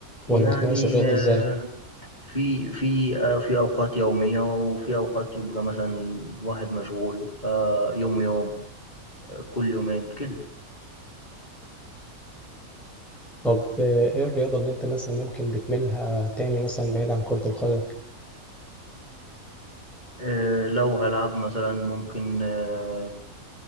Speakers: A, on the left; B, in the centre.
A: يعني
B: ولا بتمارس الرياضة
A: آه،
B: إزاي؟
A: في في آه، في أوقات يومية وفي أوقات يبقى مثلا واحد مشغول فيوم يوم آه، كل يومين كده
B: طب آه، إيه الرياضة اللي أنت مثلا ممكن بتميلها تاني مثلا بعيد عن كرة القدم؟
A: آه، لو هلعب مثلا ممكن آه،